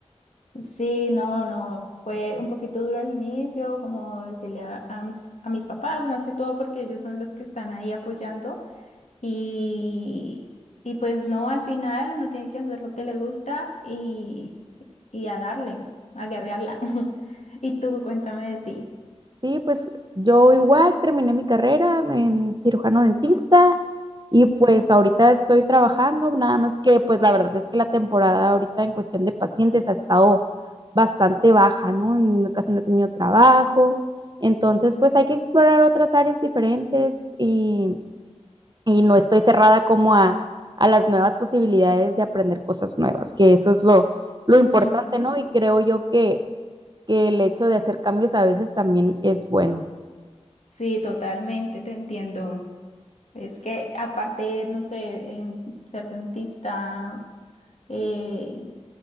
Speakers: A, on the left (about 80°); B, on the right (about 40°).
A: Sí, no, no, fue un poquito duro al inicio, como decirle a, a mis, a mis papás, más que todo porque ellos son los que están ahí apoyando y, y pues no, al final uno tiene que hacer lo que le gusta y, y a darle, a guerrearla. <laughs> Y tú, cuéntame de ti.
B: Sí, pues yo igual terminé mi carrera en cirujano dentista y pues ahorita estoy trabajando, nada más que pues la verdad es que la temporada ahorita en cuestión de pacientes ha estado bastante baja, ¿no? En- Casi no he tenido trabajo, entonces pues hay que explorar otras áreas diferentes y, y no estoy cerrada como a, a las nuevas posibilidades de aprender cosas nuevas, que eso es lo, lo importante,
A: Ujú.
B: ¿no? Y creo yo que que el hecho de hacer cambios a veces también es bueno.
A: Sí, totalmente, te entiendo. Es que aparte, no sé, en ser dentista, eh,